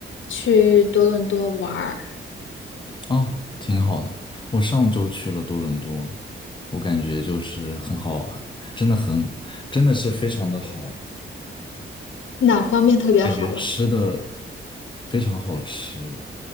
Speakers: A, on the left; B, on the left.
A: 去多伦多玩儿，
B: 哦，挺好的。我上周去了多伦多，我感觉就是很好玩，真的很，真的是非常的好，
A: 哪方面特别好了？
B: 感觉吃的非常好吃，